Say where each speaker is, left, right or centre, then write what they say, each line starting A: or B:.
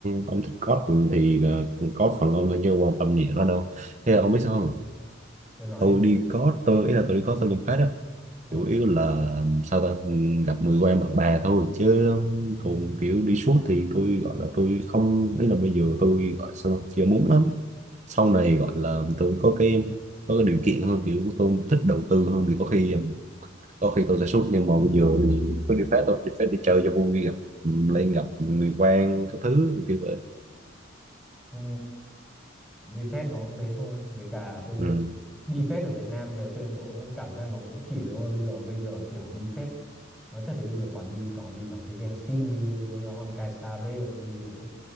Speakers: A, on the right; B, in the centre.
A: ông thích code thì ờ, code phần ông thôi chứ ông quan tâm gì nó đâu thế là ông biết sao không
B: Tôi nói
A: tôi
B: đi.
A: đi code tôi ý là tôi đi code tôi liền phát á
B: Ờ.
A: chủ yếu là ừ, sao ta ừ, gặp người quen bạn bè thôi chứ còn kiểu đi suốt thì tôi gọi là tôi không ý là bây giờ tôi gọi sao ta? chưa muốn lắm sau này gọi là tôi có cái có cái điều kiện hơn kiểu tôi thích đầu tư hơn thì có khi ừ, đôi khi tôi sẽ sút nhưng mà bây giờ thì có đi phép tôi đi phép đi chơi cho vui gặp ừ, lên gặp người quen các thứ kiểu kiểu vậy
B: Ừ. đi phép nó cũng thế thôi với cả tôi
A: ừ.
B: đi phép ở Việt Nam nhiều cho nên tôi cũng cảm giác nó cũng chỉ thế thôi bây giờ bây giờ kiểu đi phép nói thật đấy bây giờ toàn đi toàn đi toàn thấy Genshin với, với, với Honkai Star Rail bây giờ cũng